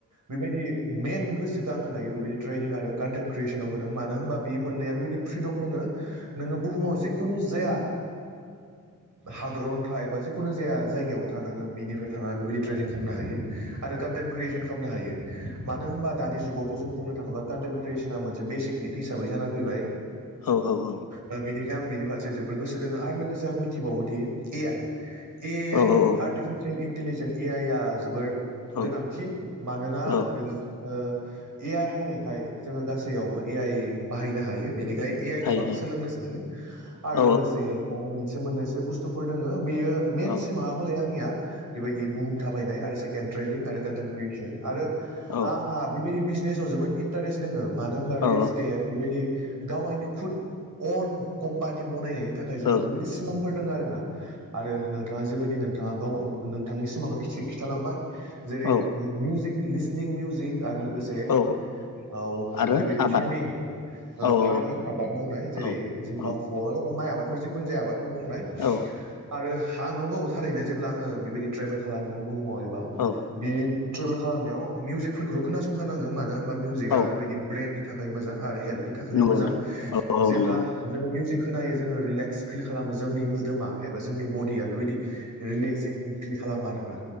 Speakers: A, on the right; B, on the left.
A: बेबायदि मेन गोसो आङो दायो बेबायदि ट्रेडनिं आरो कन्टेन्ट क्रियेसनाव होदों मानो होनोमबा बे मोननैया बेबायदि फ्रिदम दङ नोङो। बुहुमाव जिखुनु जाया हादरावनो था एबा जिखुनु जाया जायगायावनो था नोङो बिनिफ्राय थानानै बेबायदि ट्रेडं खालामनो हायो। हायो आरो कनटेन क्रियेसन खालामनो हायो मानो होनबा दानि जुगावथ' जों बुंनो थाङोब्ला कन्टेन क्रियेसना मोनसे बेसिक निट हिसाबै जानानै फैबाय।
B: औ औ औ।
A: बेनिखायनो आं बिनि फारसे जोबोर गोसो दोङो आरो लोगोसे आं मिथिबावोदि ए आइ ए आइ
B: औ
A: आरो आर्टिफिसियेल इन्टिलिजेन्स ए आइ आ जोबोर
B: औ
A: गोनांथि मानोना
B: औ
A: ओ ए आइ हायनायखाय जोङो गासैयावबो ए आइ बाहायनो हायो बेनिखाय ए आइ
B: हायो
A: खौबो आं
B: हायो
A: सोलोंनो सानो। आरो
B: औ
A: लोगोसे आरो मोनसे मोननैसो बुस्थुफोर दङो बियो मेन
B: औ
A: सिमाङा हले आंनिया बेबायदि बुहुम थाबायनाय आरो सेकेन्द त्रेदिं आरो कनतेन क्रियेसन आरो
B: औ
A: आंहा बेबायदि बिजनेसाव जोबोद इन्टारेस्ट दोङो मानो होनबा रियेल
B: औ
A: इस्टेट बेबायदि गावाइनि खुद अन कम्पानि बनायनायनि थाखाय जोबोद
B: औ
A: बेबायदि सिमांफोर दङ आरो ना आरो नोंथाङा जेबायदिनो नोंथाङा गाव नोंथांनि सिमांखो खिन्थालांबाय जेरै
B: औ
A: मिउजिक लिसनिं मिउजिक आरो लोगोसे
B: औ
A: औ
B: आरो
A: बेबायदि
B: आबाद
A: फार्मिं ओ
B: औ औ
A: फार्मिं आबाद मावनाय जेरै
B: औ
A: जिंखा
B: औ
A: फल एबा माइ आबादफोर जिखुनु जाया आबादफोर मावनाय
B: औ
A: आरो आं नंगौ थारैनो नो जेब्ला आंङो बेबायदि ट्रेबेल खालामगोन बुहुमाव एबा
B: औ
A: बि ट्रेबेल खालामनायाव मिउजिक फोरखोल खोनासंखानाङो मानो होनबा मिउजिका
B: औ
A: बेबायदि ब्रेननि थाखाय मोजां आरो हेल्थनि थाखायबो
B: नंगौ
A: मोजां
B: नोंथां औ
A: जे
B: नंगौ
A: ब्ला
B: नंगौ
A: जोङो मिउजिक खोनायो जोङो रिलेक्स फिल खालामो जोंनि मोदोमा एबा जोंनि बडिया बेबायदि रिलेक्जिं फिल खालामो आरोना